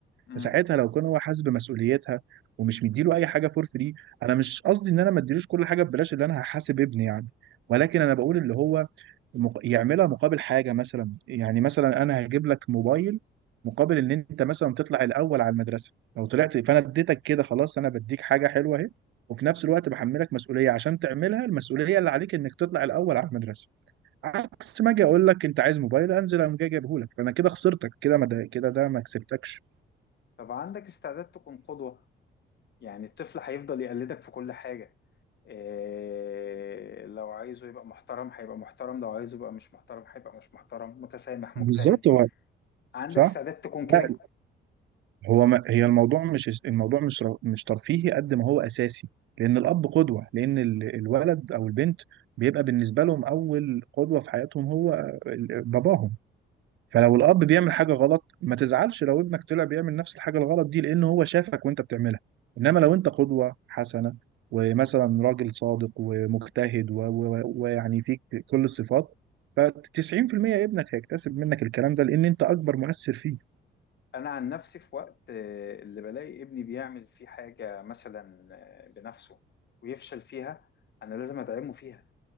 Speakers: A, on the left; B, on the right.
A: امم
B: فساعتها لو كان هو حاسس بمسؤوليتها ومش مديله اي حاجه فور فري انا مش قصدي ان انا ما اديلوش كل حاجه ببلاش اللي انا هحاسب ابني يعني ولكن انا بقول اللي هو مق- يعملها مقابل حاجة مثلا يعني مثلا أنا هجيب لك موبايل مقابل إن أنت مثلا تطلع الأول على المدرسة لو طلعت فأنا اديتك كده خلاص أنا بديك حاجة حلوة أهي وفي نفس الوقت بحملك مسؤولية عشان تعملها المسؤولية اللي عليك إنك تطلع الأول على المدرسة عكس ما أجي أقول لك أنت عايز موبايل أنزل أقوم جاي جايبهولك فأنا كده خسرتك كده ما ده كده ده ما كسبتكش
A: طب عندك استعداد تكون قدوة يعني الطفل هيفضل يقلدك في كل حاجة إيه لو عايزه يبقى محترم هيبقى محترم لو عايزه يبقى مش محترم هيبقى مش محترم متسامح
B: بالظبط
A: مجتهد
B: هو
A: عندك
B: صح؟
A: استعداد تكون
B: لا،
A: كده
B: هو ما هي الموضوع مش الموضوع مش ر- مش ترفيهي قد ما هو اساسي لان الاب قدوه لان ال- الولد او البنت بيبقى بالنسبه لهم اول قدوه في حياتهم هو ال- باباهم فلو الاب بيعمل حاجه غلط ما تزعلش لو ابنك طلع بيعمل نفس الحاجه الغلط دي لان هو شافك وانت بتعملها انما لو انت قدوه حسنه ومثلا راجل صادق ومجتهد و- و- ويعني فيك كل الصفات ف 90% ابنك هيكتسب منك الكلام ده لان انت اكبر مؤثر فيه
A: أنا عن نفسي في وقت آه، اللي بلاقي ابني بيعمل فيه حاجة مثلا آه، بنفسه ويفشل فيها أنا لازم أدعمه فيها